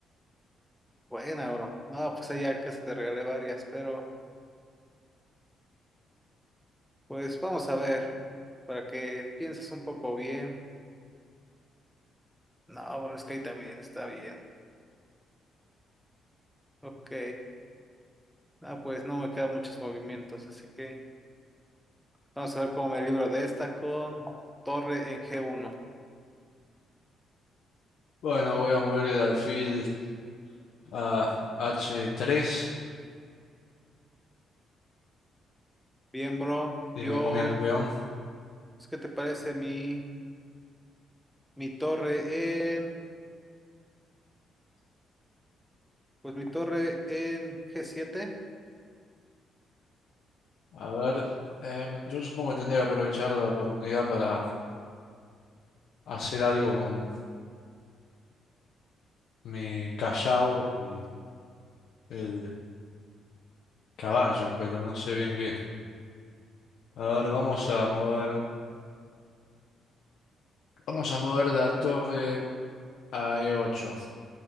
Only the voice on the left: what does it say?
Bueno, voy a mover el alfil a h tres
y
me comí a tu peón.
A ver, em, yo supongo que tendré que aprovechar la oportunidad para hacer algo con mi callao y el caballo, pero no sé bien qué. A ver, vamos a mover, vamos a mover la torre a E8.